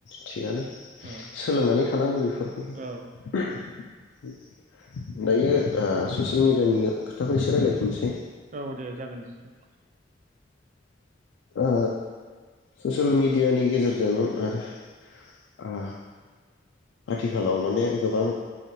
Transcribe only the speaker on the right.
औ
औ
औ दे <inaudible>